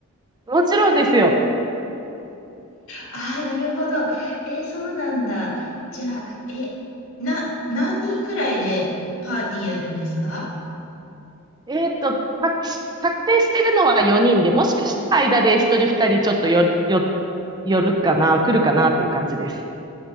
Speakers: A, on the right; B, on the left.
A: もちろんですよ。
B: ああ、なるほど。えーそうなんだ。じゃあ、え、な、何人ぐらいでパーティーやるんですか
A: えっと、確確定してるのは4人で、もしかしたら間で1人2人ちょっとよ、よ、寄るかな、来るかなっていう感じです。